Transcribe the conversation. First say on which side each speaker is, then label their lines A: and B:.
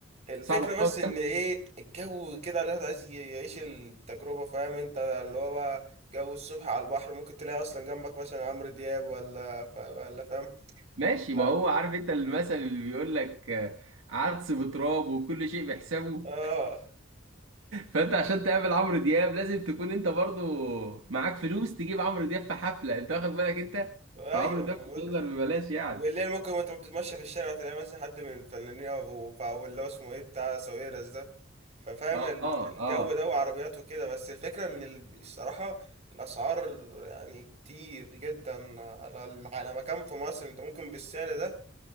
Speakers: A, on the right; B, on the right.
A: الفكرة
B: صعب خالص
A: بس إن إيه الجو كده الواحد عايز ي- يعيش التجربة فاهم أنت اللي هو بقى جو الصبح على البحر ممكن تلاقي أصلا جنبك مثلا عمرو دياب ولا فا- ولا فاهم
B: ماشي
A: لا
B: ما هو عارف انت المثل اللي بيقول لك آه، عدس بتراب وكل شيء بحسابه
A: آه
B: فانت عشان تقابل عمرو دياب لازم تكون انت برضو معاك فلوس تجيب عمرو دياب في حفله انت واخد بالك انت
A: أيوه
B: فعمرو دياب
A: ما
B: مش
A: بقول
B: هيظهر ببلاش يعني
A: والليل ممكن وانت بتتمشى في الشارع تلاقي مثلا حد من الفنانين او أو اللي هو اسمه ايه بتاع ساويرس ده ففاهم
B: اه
A: ال-
B: اه
A: الجو
B: اه
A: ده وعربيات وكده بس الفكرة ان ال- الصراحة الاسعار يعني كتير جدا على ال- على مكان في مصر انت ممكن بالسعر ده